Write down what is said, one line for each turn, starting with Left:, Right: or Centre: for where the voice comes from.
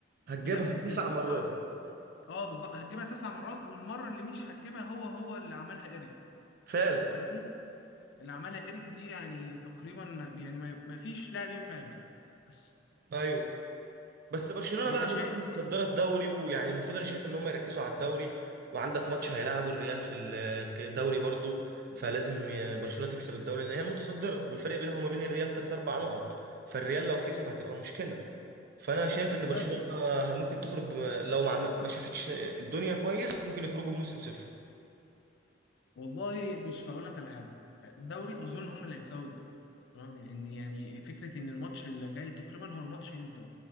Right: هتجيبها
Left: بنفس
Right: تسع
Left: الوقفة
Right: مرات
Left: اه بالظبط هتجيبها تسع مرات والمرة اللي مش هتجيبها هو هو اللي عملها ايريك
Right: فعلا
Left: فاهمني اللي عملها ايريك دي يعني تقريبا ما يعني ما ما فيش لاعب ينفع يعملها بس
Right: ايوه بس برشلونه
Left: يعني
Right: بقى
Left: انت شايف
Right: دلوقتي متصدره الدوري ويعني المفروض انا شايف ان هم يركزوا على الدوري وعندك ماتش هيلعبوا الريال في ال- الدوري برضو فلازم آه، برشلونه تكسب الدوري لان هي المتصدره والفرق بينها وما بين الريال 3 4 نقط فالريال لو كسب هتبقى مشكله فانا شايف ان
Left: والله
Right: برشلونه ممكن تخرج بم... لو ما, عمل... ما شافتش الدنيا كويس ممكن يخرجوا بموسم صفر
Left: والله بص هقول لك على حاجه الدوري اظن هم اللي هيكسبوا الدوري تمام ان يعني فكره ان الماتش اللي جاي تقريبا هو الماتش امتى